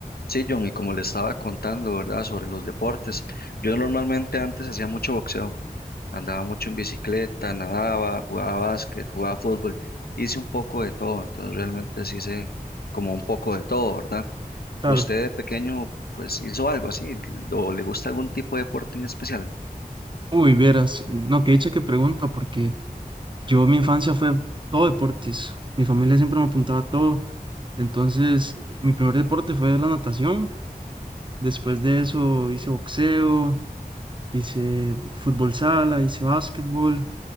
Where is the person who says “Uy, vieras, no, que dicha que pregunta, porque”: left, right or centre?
Right